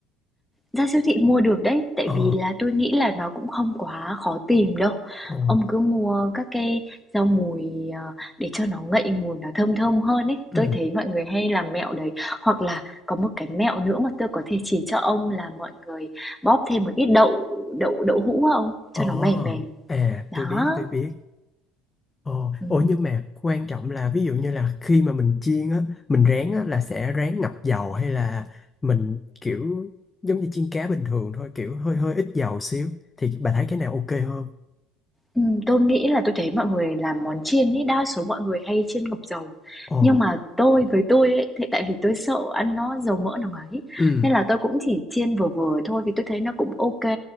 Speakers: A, in the centre; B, on the left (about 20°).
A: Ra siêu thị mua được đấy, tại
B: ờ
A: vì là tôi nghĩ là nó cũng không quá khó tìm đâu.
B: ờ
A: Ông cứ mua các cái rau mùi ờ, để cho nó ngậy mùi nó thơm thơm hơn ấy. Tôi
B: ừ
A: thấy mọi người hay làm mẹo đấy. Hoặc là có một cái mẹo nữa mà tôi có thể chỉ cho ông là mọi người bóp thêm một ít đậu đậu đậu hũ vào ông
B: ờ
A: cho nó mềm mềm.
B: à
A: Đó.
B: tôi biết tôi biết Ồ,
A: Ừ.
B: ồ nhưng mà quan trọng là ví dụ như là khi mà mình chiên á, mình rán á là sẽ rán ngập dầu hay là mình kiểu giống như chiên cá bình thường thôi, kiểu hơi hơi ít dầu xíu thì bà thấy cái nào ok hơn?
A: Ừm, tôi nghĩ là tôi thấy mọi người làm món chiên ấy, đa số mọi người hay chiên ngập dầu.
B: Ồ,
A: Nhưng mà tôi với tôi ấy, thì tại vì tôi sợ ăn nó dầu mỡ nó ấy
B: ừ,
A: nên là tôi cũng chỉ chiên vừa vừa thôi vì tôi thấy nó cũng ok,